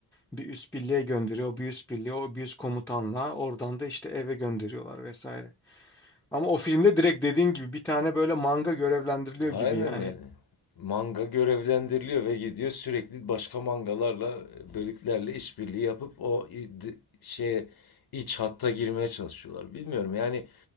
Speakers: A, in the centre; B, on the left.
A: bir üst birliğe gönderiyor. O bir üst birliğe, o bir üst komutanla oradan da işte eve gönderiyorlar vesaire. Ama o filmde direkt dediğin gibi bir tane böyle manga görevlendiriliyor
B: Aynen
A: gibi yani.
B: yani. Manga görevlendiriliyor ve gidiyor sürekli başka mangalarla, bölüklerle işbirliği yapıp o i- d- şeye iç hatta girmeye çalışıyorlar. Bilmiyorum yani